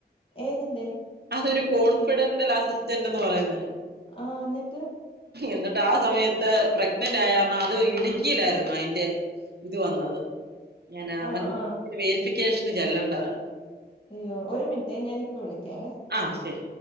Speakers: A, on the left; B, on the right.
A: ഏതിന്റെ
B: അതൊരു കോൺഫിഡന്റൽ ആ സിസ് ണ്ടന്ന് പറയുന്നെ
A: ആ ന്നിട്ട്
B: എന്നിട്ട് ആ സമയത്ത് പ്രഗ്നന്റ് ആയ <unintelligible> അത് ഇടുക്കിയിലായിരുന്നു അയിന്റെ ഇത് വന്നത് ഞാനാ <unintelligible>
A: ആഹ് ആഹ്
B: ട്ടേഷന് ചെല്ലേണ്ടതാ
A: അയ്യോ ഒരു മിൻറ്റെ ഞാനിപ്പോ വിളിക്കാം ക്യവേ
B: ആ ശരി